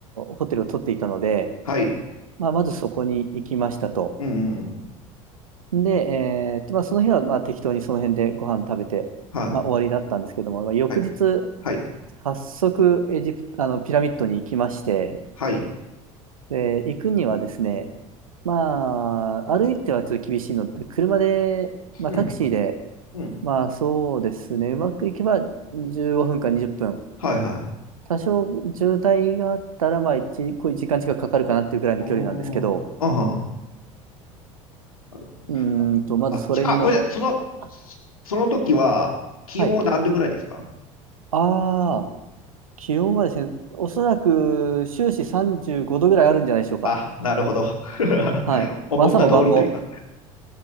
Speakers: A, on the right (about 80°); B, on the left (about 85°).
A: ホテルを取っていたので、
B: はい。
A: まあ、まずそこに行きましたと。
B: うん。うん
A: で、えーっとまあ、その日はまあ適当にその辺でご飯食べて、
B: はい。
A: まあ、終わりだったんですけども、まあ、翌日
B: はい。はい。
A: 早速エジプあのピラミッドに行きまして。
B: はい。
A: で、行くにはですね、まあ、歩いてはちょっと厳しいので、車で、まあ、
B: うん。
A: タクシーで、
B: うん。
A: まあ、そうですね、うまくいけば15分か20分。
B: はい。はい。
A: 多少渋滞があったら、まあ、1、こう時間近くかかるかなっていうぐらいの距離なんですけど、
B: おー。ああ、なるほどあ、
A: うーんと、まずそれに乗っ、
B: あ、ちあ、ごめんなさい。その、
A: あ
B: その時は、気温は何度ぐらいですか
A: はい。ああ、気温はですね、おそらく終始35度ぐらいあるんじゃないでしょうか。
B: あ、なるほど。<laughs>
A: はい。
B: 思った通りというか、
A: もう朝も晩も。